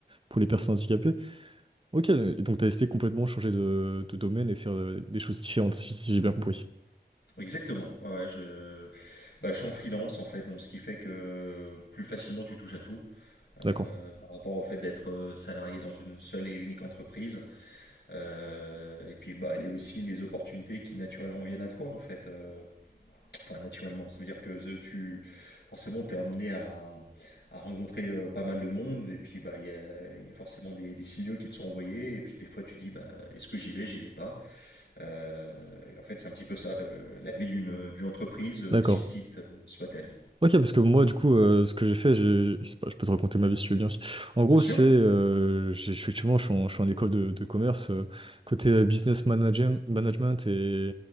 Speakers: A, on the right; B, on the left.
A: pour les personnes handicapées. Ok, donc t'as essayé complètement changer de, de domaine et faire euh, des choses différentes, si si j'ai bien compris.
B: Exactement. Ouais, ouais, je... bah, je suis en freelance en fait, donc ce qui fait que plus facilement tu touches à tout euh,
A: D'accord,
B: par rapport au fait d'être euh, salarié dans une seule et unique entreprise. Euh, et puis bah il y a aussi les opportunités qui naturellement viennent à toi en fait. Euh, enfin naturellement, ça veut dire que euh, tu forcément t'es emmené à, à rencontrer euh, pas mal de monde et puis bah il y a, il y a forcément des, des signaux qui te sont envoyés et puis des fois tu dis bah est-ce que j'y vais, j'y vais pas. Euh, et en fait, c'est un petit peu ça, le- la vie d'une d'une entreprise, euh,
A: d'accord.
B: aussi petite euh, soit-elle.
A: Ok, parce que moi, du coup, euh, ce que j'ai fait, j'ai, j'ai- je pas, je peux te raconter ma vie si tu veux bien. aussi. En gros,
B: Bien sûr.
A: c'est, euh, j'ai- je suis- effectivement, je suis en, je suis en école de, de commerce, euh, côté euh, business managem- management et,